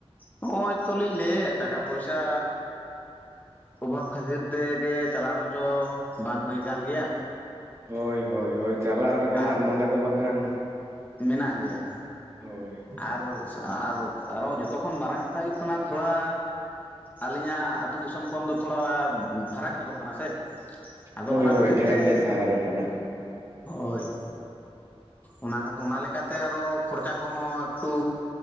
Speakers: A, on the left (about 15°); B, on the right (about 25°).
A: ᱱᱚᱜᱼᱚᱭ ᱛᱚᱞᱤᱧ ᱞᱟᱹᱭᱮᱫ ᱴᱟᱠᱟ ᱯᱳᱭᱥᱟ ᱳᱵᱷᱟᱵ ᱠᱷᱟᱛᱤᱨ ᱛᱮ ᱜᱮ ᱪᱟᱞᱟᱣ ᱢᱟᱪᱚ ᱵᱟᱝ ᱦᱩᱭ ᱠᱟᱱ ᱜᱮᱭᱟ
B: ᱦᱳᱭ ᱦᱳᱭ ᱦᱳᱭ ᱪᱟᱞᱟᱜ ᱞᱮᱠᱟᱱᱟᱜ
A: ᱟᱨ
B: ᱢᱚᱱᱮ ᱫᱚ ᱵᱟᱠᱷᱟᱱ
A: ᱢᱮᱱᱟᱜ ᱜᱮᱭᱟ
B: ᱦᱳᱭ
A: ᱟᱨᱥ ᱟᱨ ᱟᱨᱚ ᱡᱚᱛᱚᱠᱷᱚᱱ ᱢᱟᱨᱟᱝ ᱠᱟᱛᱷᱟ ᱦᱩᱭᱩᱜ ᱠᱟᱱᱟ ᱛᱷᱚᱲᱟᱻ ᱟᱹᱞᱤᱧᱟᱜ ᱟᱛᱩ ᱫᱤᱥᱚᱢ ᱠᱷᱚᱱ ᱫᱚ ᱛᱷᱳᱲᱟ ᱯᱷᱟᱨᱟᱠ ᱧᱚᱜᱚᱜ ᱠᱟᱱᱟ ᱥᱮ ᱟᱫᱚ
B: ᱦᱳᱭ
A: ᱚᱱᱟ
B: ᱦᱳᱭ
A: ᱠᱷᱟᱛᱤᱨ
B: ᱰᱷᱮᱨ
A: ᱛᱮ
B: ᱜᱮ ᱥᱟᱦᱟᱨᱮ ᱠᱟᱱᱟ
A: ᱦᱳᱭ ᱚᱱᱟ ᱠᱷᱟᱛ ᱚᱱᱟ ᱞᱮᱠᱟᱛᱮ ᱟᱨᱚ ᱠᱷᱚᱨᱪᱟ ᱠᱚᱦᱚᱸ ᱨᱳᱻ